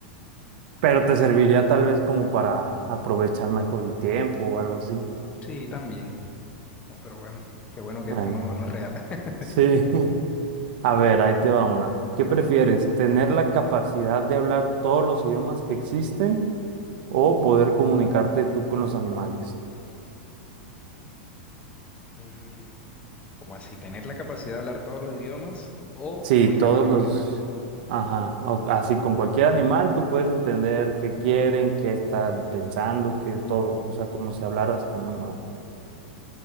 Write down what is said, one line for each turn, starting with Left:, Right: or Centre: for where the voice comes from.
Right: Pero te serviría tal vez como para aprovechar mejor el tiempo o algo así.
Left: Sí, también. No, Pero bueno, qué bueno
Right: Bueno,
Left: que esto no, no es real. <laughs>
Right: sí. <laughs> A ver, ahí te va una. ¿Qué prefieres? ¿Tener la capacidad de hablar todos los idiomas que existen o poder comunicarte tú con los animales?
Left: Mm, Como así, tener la capacidad de hablar todos los idiomas o
Right: Sí,
Left: comunicarme
Right: todos
Left: con
Right: los,
Left: los animales.
Right: ajá, o- así con cualquier animal tú puedes entender qué quieren, qué están pensando, qué todo, o sea, como si hablaras con un humano.